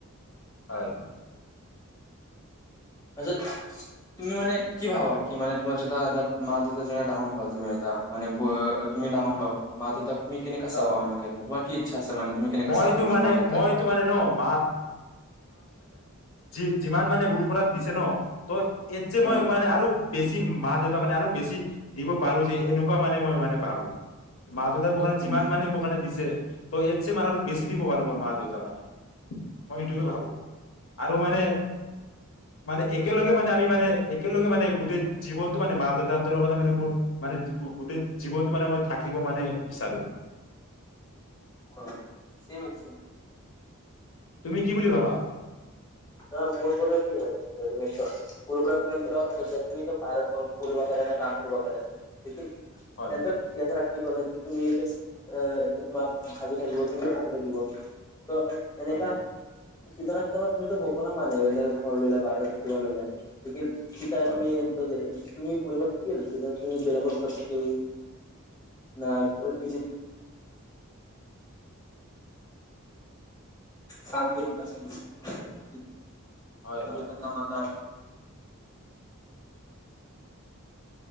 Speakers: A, on the left; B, on the left.
A: হয়
B: তাৰিছত তুমি মানে কি ভাবা কি মানে তোমাৰ যেতয়াাত মাতি জে ডাঙঠ হোৱা ম মানে তুমি ডাঙৰ
A: হয়
B: হল মা দেউতাক তুমি কেনেকা
A: হয়
B: চাবা এন্ত তোমাৰ কি ইচ্ছা আছে মানে তুমি কেনেকা
A: মইতো
B: চাব নিজৰ
A: মানে
B: মা দেউতাক
A: মইতো মানে ন মা ি যিমান মানে গুৰু দিছে ন ত এ যে মই
B: অ
A: মানে আৰু বেছি মা দেউতাক কাৰণে আৰু বেছি দিব পাৰো যে এনেকুৱা মানে মই মানে ভাবো মা দেউতাই মোৰ কাৰণে
B: উম
A: যিমান মানে মোৰ কাৰণে দিছে ত এছে মান আৰুটো বেছি দিব পাৰো মই মা দেউতাৰ কাৰণে মই এইটোকে ভাবো আৰু মানে মানে একেলগে মানে আমি মানে একেলগে মানে গোটেই জীৱনতটো মানে মা দেউতাহ কাৰণে মানে মোৰ মানে গোটেই জীৱনটো মানে মই থাকিব মানে বিচাৰো
B: অ চিম চিম
A: তুমি কি বুলি ভাবা
B: ন মোৰ গ কি হৈ যাব তুমি চ কৰুবৰাত তমে তুমি বাহিৰত পবা কৰা ন কাম কৰিবা কৰা দেখি
A: হয়
B: এন্ত কিছৰা কি কল তুমি এইটো এটো তোমাক ভাবি থাকিব তুমিও ভাবি থাকিব ত এনেকাা
A: হয়
B: তেতিয়া লাগ ম তুমি টো হ'ব না মানে এ ঘৰ ললে বাহিৰত কিবা ললে সিন শিিকাই
A: হয়
B: তুমিন্ত দে তুমি পৰিব থাকিল তেতিয়া তুমি বেলেগৰ ঘৰত থাকিল ন
A: হয়
B: পি চাম কৰিব ৰাখছ <inaudible>
A: হয়
B: নিজে
A: হয়
B: পন মাাতা <inaudible>